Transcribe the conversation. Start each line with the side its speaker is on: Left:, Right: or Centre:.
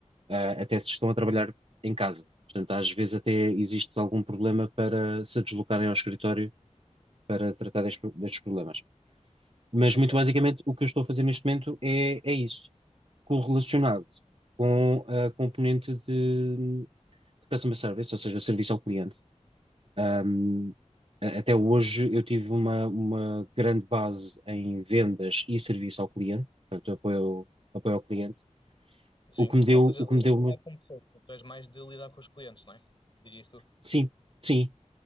Right: uh, até se estão a trabalhar em casa. Portanto, às vezes até existe algum problema para se deslocarem ao escritório para tratar destes, destes problemas. Mas,
Left: Ok.
Right: muito basicamente, o que eu estou a fazer neste momento é, é isso, correlacionado com a componente de, de customer service, ou seja, serviço ao cliente. Um, a- até hoje eu tive uma, uma grande base em vendas e serviço ao cliente, portanto, apoio, apoio ao cliente,
Left: Sim.
Right: o que me deu,
Left: Ou seja,
Right: o que
Left: lidar
Right: me deu muito.
Left: com pessoas. Tu és mais de lidar com os clientes, não é? Dirias tu.
Right: Sim, sim.